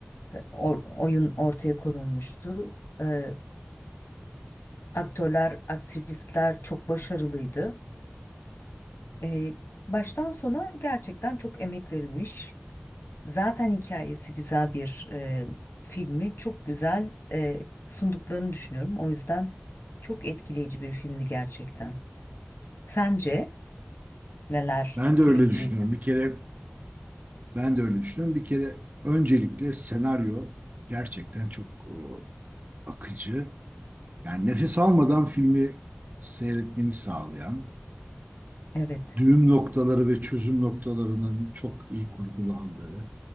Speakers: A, on the left; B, on the right.
A: e, or- oyun ortaya konulmuştu. E, aktörler, aktrisler çok başarılıydı. E, baştan sona gerçekten çok emek verilmiş. Zaten hikayesi güzel bir e, filmi çok güzel e, sunduklarını düşünüyorum. O yüzden çok etkileyici bir filmdi gerçekten. Sence neler
B: Ben
A: etkileyiciydi?
B: de öyle düşünüyorum. Bir kere ben de öyle düşünüyorum. Bir kere öncelikle senaryo gerçekten çok e, akıcı. Yani nefes almadan filmi seyretmeni sağlayan,
A: Evet.
B: düğüm noktaları ve çözüm noktalarının çok iyi kurgulandığı